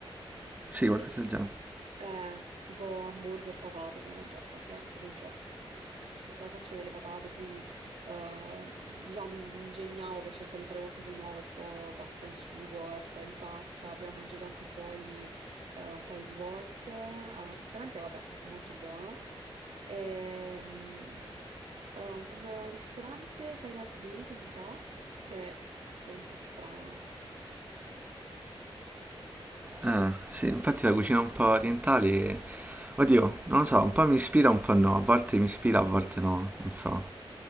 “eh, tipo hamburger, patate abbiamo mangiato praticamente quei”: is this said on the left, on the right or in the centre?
Right